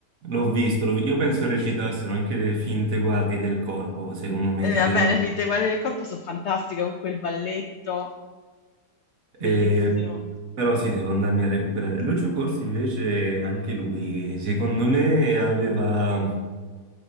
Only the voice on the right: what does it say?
L'ho visto, l'ho vi- Io penso recitassero anche le finte guardie del corpo, secondo me,
sapevano.
Eh, però sì, devo andarmi a recuperare. Lucio Corsi invece, anche lui, secondo me, aveva...